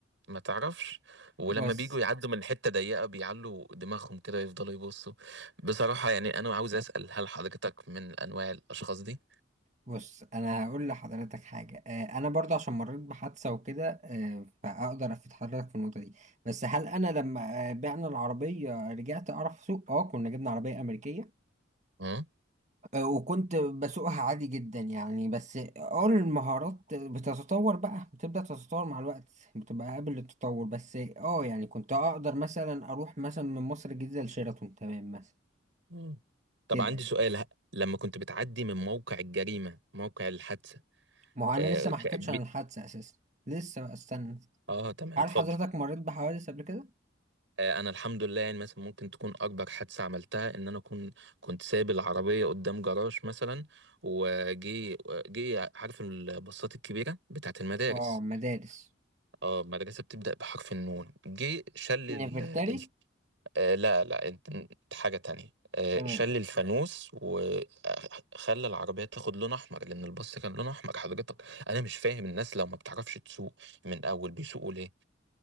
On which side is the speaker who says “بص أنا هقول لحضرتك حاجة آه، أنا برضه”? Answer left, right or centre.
Right